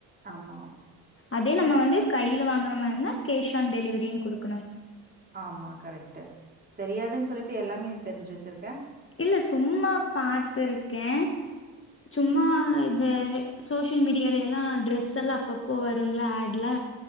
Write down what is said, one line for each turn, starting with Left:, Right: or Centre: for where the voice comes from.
Right: ஆமா
Left: அதே நம்ம வந்து கைய்ல வாங்ற மாரினா கேஷ் ஆன் டெலிவரினு கொடுக்
Right: ஆமா கரெக்ட்டு தெரியாதுன் சொல்லிட்டு எல்லாமே தெரிஞ்சு வச்சிருக்க
Left: இல்ல சும்மா பாத்துருக்கே சும்மா இந்த சோசியல் மீடியால எல்லா ட்ரெஸ் எல்லா அப்பப்போ வருங்களா ஆட்ல